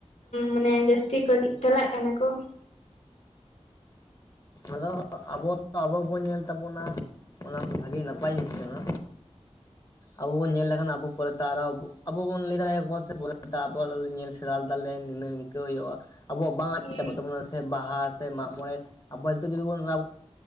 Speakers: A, on the left; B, on the left.
A: ᱢᱟᱱᱮ ᱡᱟᱹᱥᱛᱤ ᱠᱚ ᱪᱟᱞᱟᱜ ᱠᱟᱱᱟ ᱠᱚ
B: ᱟᱫᱚ ᱟᱵᱚ ᱫᱚ ᱟᱵᱚ ᱵᱚᱱ ᱧᱮᱞ ᱛᱟᱵᱚᱱᱟ ᱚᱱᱟ ᱢᱟ ᱵᱷᱟᱜᱮ ᱱᱟᱯᱟᱭ ᱡᱤᱱᱤᱥ ᱠᱟᱱᱟ ᱟᱵᱚ ᱵᱚᱱ ᱧᱮᱞ ᱞᱮᱠᱷᱟᱱ ᱟᱵᱚ ᱯᱚᱨᱮᱛᱮ ᱟᱨᱦᱚᱸ ᱟᱵᱚ ᱵᱚᱱ ᱞᱟᱹᱭ ᱫᱟᱲᱮᱭᱟᱠᱚᱣᱟ ᱥᱮ ᱯᱚᱨᱮᱛᱮ ᱟᱵᱚ ᱧᱮᱞ ᱥᱮᱬᱟ ᱞᱮᱫᱟ ᱞᱮ ᱱᱤᱱᱟᱹᱜ ᱱᱤᱝᱠᱟᱹ ᱦᱩᱭᱩᱜᱼᱟ᱾ ᱟᱵᱚᱣᱟᱜ ᱵᱟᱝ ᱟᱫ
A: ᱦᱮᱸ
B: ᱪᱟᱵᱟᱜ ᱛᱟᱵᱚᱱᱟ ᱥᱮ ᱵᱟᱦᱟ ᱥᱮ ᱢᱟᱜᱽ ᱢᱚᱬᱮ ᱟᱵᱚ ᱱᱤᱛᱚᱜ ᱡᱩᱫᱤ ᱵᱚᱱ